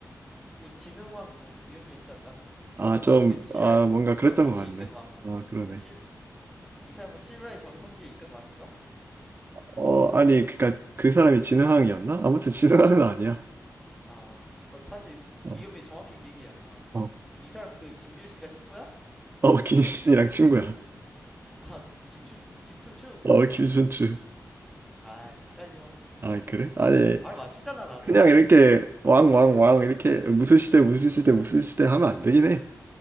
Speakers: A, in the centre; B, on the right (about 35°).
A: 뭐 지능왕 뭐 이런 게 있지 않? 아
B: 아,
A: 기억 안
B: 좀,
A: 나는데 실화의
B: 아, 뭔가 그랬던
A: 전성기에
B: 것 같네.
A: 이끈 왕.
B: 아, 그러네.
A: 어, 실, 음, 이 사람은 실화의 전성기에 이끈 왕인가?
B: 어, 아니, 그니까 그 사람이 진흥왕이었나? 아무튼 진흥왕은 아니야.
A: 아, 나 사실
B: 어,
A: 이름이 정확히 기억이 안 나.
B: 어,
A: 그럼 이 사람 그 김유신가 친구야?
B: 어, 김유신이랑 친구야.
A: 아, 그 김춘 김춘추?
B: 어, 김춘추.
A: 아, 쉽다 쉬워.
B: 아, 그래? 아니,
A: 바로 맞추잖아 나는.
B: 그냥 이렇게 왕, 왕, 왕, 이렇게 무슨 시대, 무슨 시대, 무슨 시대 하면 안 되긴 해.